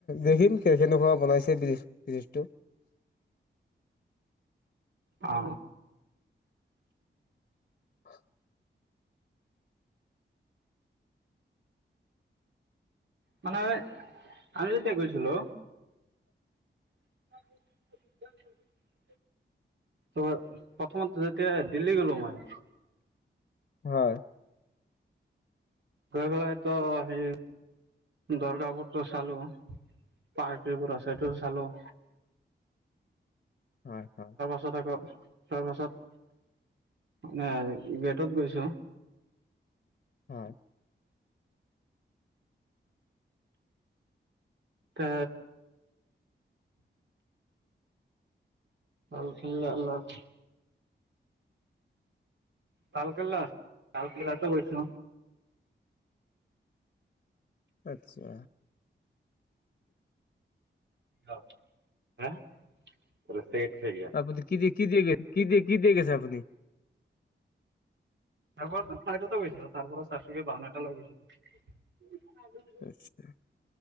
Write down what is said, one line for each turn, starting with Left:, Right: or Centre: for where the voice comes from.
Left: দেখিম কে কেনেকুৱা বনাইছে বিজ ব্ৰীজটো।
Right: অ
Left: <inaudible>
Right: মানে আমি যেতিয়া গৈছিলো। <inaudible> ত' প্ৰথমত যেতিয়া দিল্লী গ'লো মই
Left: হয়
Right: গৈ পেলাইটো সেই দৰগা বোৰতো চালো পাৰ্টিবোৰ আছে সটো চালো
Left: হয় হয়।
Right: তাৰপাছত আকৌ তাপাছত পাছত মানে গেটত গৈছোঁ।
Left: হয়
Right: তে লালকিল্লা লাত লালকিল্লা লালকিল্লাতো গৈছো
Left: আচ্ছা
Right: <unintelligible>
Left: আপুনি কি দ কি দিয়ে গৈছে কি দিয়ে গৈছে আপুনি
Right: তাৰ পৰা চাইদতে গৈছিলো তাৰ পৰা চাৰি চুকিয়া বাহন এটা লৈ গৈছিলো।
Left: আচ্ছা